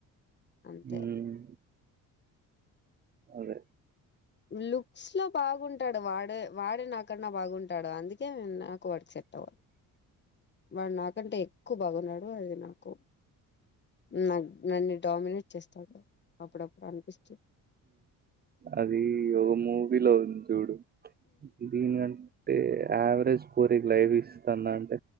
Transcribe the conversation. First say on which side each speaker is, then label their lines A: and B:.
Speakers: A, on the left (about 30°); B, on the right (about 30°).
A: అంతే
B: మ్మ్
A: అది
B: అదే
A: లుక్స్ లో బాగుంటాడు వాడే వాడే నాకన్నా బాగుంటాడు అందుకే నాకు వాడికి సెట్టా
B: <inaudible>
A: వాడు నాకంటే ఎక్కు బాగున్నాడు అది నాకు నాకు నన్నీ డామినేట్ చేస్తాడు అప్పుడప్పుడు అనిపిస్తూ
B: అది ఒక మూవీలో ఉంది చూడు దీనిగన్ అంటే యావరేజ్ పోరికి లైఫ్ ఇస్తాన్న అంటే